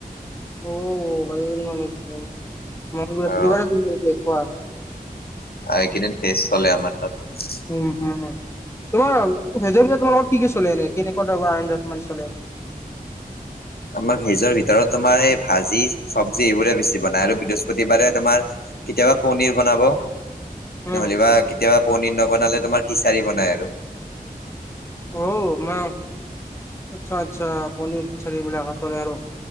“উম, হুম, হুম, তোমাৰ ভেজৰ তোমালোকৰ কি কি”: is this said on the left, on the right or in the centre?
Left